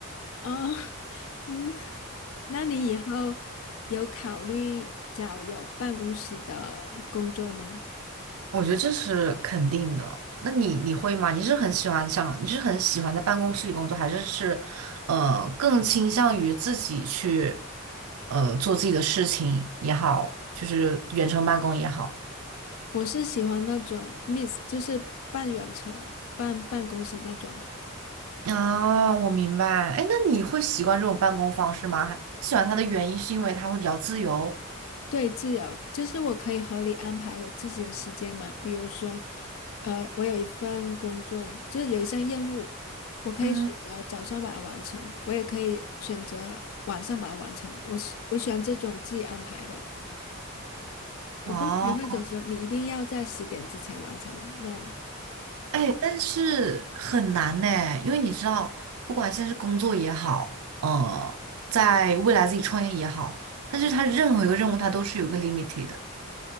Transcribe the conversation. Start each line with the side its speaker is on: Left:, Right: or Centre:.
Left: 哦，<laughs> 嗯，那你以后有考虑找有办公室的工作吗？
Right: <laughs> 我觉得这是肯定的。那你你会吗？你是很喜欢想，你是很喜欢在办公室里工作，还是是，呃，更倾向于自己去，呃，做自己的事情也好，就是远程办公也好？
Left: 我是喜欢那种 m i s s 就是半远程、半办公室那种。
Right: 啊，我明白。哎，那你会习惯这种办公方式吗？喜欢它的原因是因为它会比较自由。
Left: 对，自由就是我可以合理安排我自己的时间嘛。比如说，呃，我有一份工作，就是有一项任务，我可以选择早上把它完成，
Right: 嗯，
Left: 我也可以选择晚上把它完成。我喜我喜欢这种自己安排的，
Right: 哦，
Left: 我不喜欢那种说你一定要在十点之前完成那种。
Right: 哎，但是很难呢，因为你知道，不管现在是工作也好，呃，在未来自己创业也好，但是它任何一个任务它都是有一个 limited 的。